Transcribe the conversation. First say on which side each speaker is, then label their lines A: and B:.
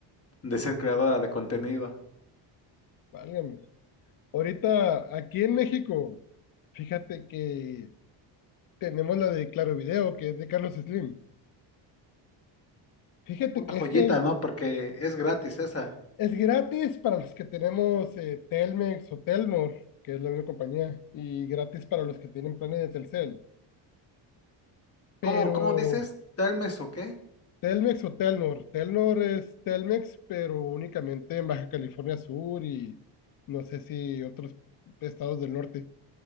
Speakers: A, on the left (about 30°); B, on the left (about 45°).
A: de ser creadora de contenido.
B: Válgame. Ahorita, aquí en México, fíjate que tenemos la de Claro Video, que es de Carlos Slim. Fíjate
A: Una
B: que
A: joyita,
B: este
A: ¿no? Porque es gratis esa.
B: es gratis para los que tenemos eh, Telmex o Telnor, que es la misma compañía, y gratis para los que tienen planes de Telcel. Pero
A: ¿Cómo, cómo dices? ¿Telmes o qué?
B: Telmex o Telnor, Telnor es Telmex, pero únicamente en Baja California Sur y no sé si otros estados del norte.